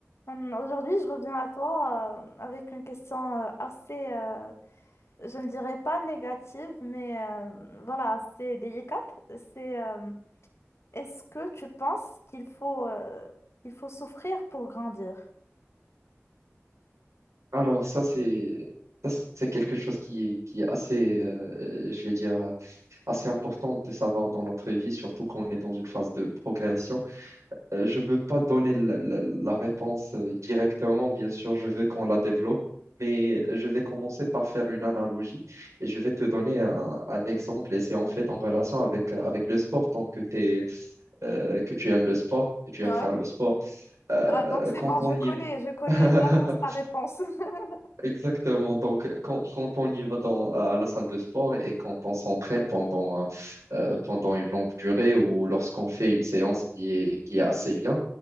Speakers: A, on the left; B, on the right.
A: Hum, Aujourd'hui, je reviens à toi euh, avec une question euh, assez, euh, je ne dirais pas négative, mais euh, voilà, assez délicate. C'est euh, est-ce que tu penses qu'il faut, euh, qu'il faut souffrir pour grandir?
B: Alors ça c'est ça c'est quelque chose qui est qui est assez euh, je vais dire assez important de savoir dans notre vie surtout quand on est dans une phase de progression. Euh, je veux pas donner la, la- la réponse euh, directement, bien sûr, je veux qu'on la développe, mais je vais commencer par faire une analogie et je vais te donner un, un exemple et c'est en fait en relation avec avec le sport tant que t'es euh, que tu aimes le sport, que tu
A: Ouais.
B: aimes faire le sport. Euh,
A: Ah, donc c'est
B: quand
A: bon,
B: on
A: je
B: y
A: connais,
B: va
A: je connais
B: <laughs>
A: d'avance ta réponse. <laughs>
B: Exactement. Donc, quand, quand on y va dans, à la salle de sport et quand on s'entraîne pendant, euh, euh, pendant une longue durée ou lorsqu'on fait une séance qui est, qui est assez bien,